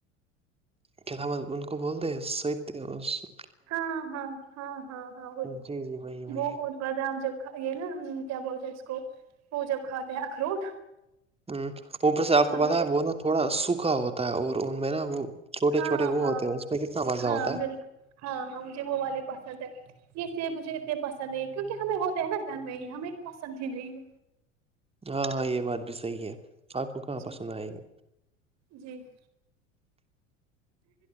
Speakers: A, on the right; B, on the right.
A: کتاامت ان کو بولتے س
B: ہاں ہاں ہاں ہاں ہاں وای
A: جی جی وہی وہی
B: وہ بادام جب کھ یہ نا کیا بولتے ہیں اس کو وہ جب کھاتے ہیں اخروٹ
A: ہ اوپر سے آپ کو
B: مزہ
A: پتا
B: کے
A: ہے وہ نا تھوڑا سوکھا ہوتا اور ان میں نا وہ چھوٹے
B: ہاں
A: چھوٹے وہ
B: ہاں
A: ہوتے ہیں اس میں کتنا مزہ
B: ہاں
A: ہوتا ہے
B: بالکل ہاں ہاں مجھے وہ والے پسند ہے یہ س مجھے اتنے پسند نہیں کیونکہ ہمیں ہوتے ہیں نا گھر میں یہ ہمیں پسند بھی نہیں ہے
A: ہاں ہاں یہ بات بھی صحیح ہے آپ کو کہاں
B: جی
A: پسند آئےیں گے
B: جی